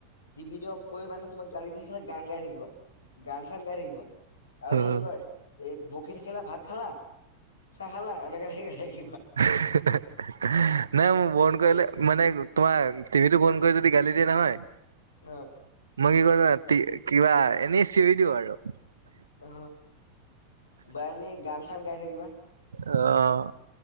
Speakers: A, on the left; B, on the right.
A: টিভিটি অফ কৰি মানে তোমাক গালি দি থাকিলে গান গাই থাকিবা গান চান গাই থাকিবা আৰু
B: উম
A: যদি কয় এই বকী থাকিলে ভাত খালা চাহ খালা এনেকে হে হে থাকিবা
B: নাই মোৰ মন কৰিলে
A: এ
B: মানে তোমাক টিভি টো বন্ধ কৰি যদি গালি দিয়ে নহয়
A: অহ
B: মই কি কৰো যানা কিবা এনেই চিঞৰি দিওঁ আৰু
A: অ বা এনেই গান চান গাই থাকিবা
B: আহ